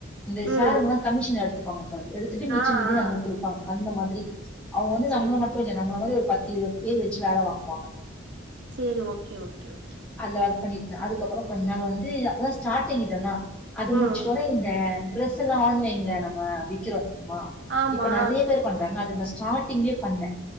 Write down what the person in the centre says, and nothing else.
இந்த
சாருங்கல்லா கமிஷன் எடுத்துப்பாங்க போல எடுத்துட்டு மிச்சம்
மீதி
நம்முளுக்கு குடுப்பாங்க அந்த மாதிரி அவுங்க வந்து
நம்மள மட்டு
இல்ல நம்மள மாதிரி ஒரு பத்து இருவது பேர் வெச்சி வேல வாங்குவாங்க
அந்த ஒர்க் பண்ணிட்ருந்தே அதுக்கப்பறோ கொஞ்ச நாள் வந்து அப்பதா ஸ்டார்டிங் இதெல்லா அது முடிச்சிட்டோட்னே
ட்ரெஸ் எல்லா ஆன்லைன்ல நம்ம விக்கிறோ தெரிமா
இப்ப நெறைய பேர் பண்றாங்க அது நா ஸ்டார்ட்டிங்ளே பண்ணே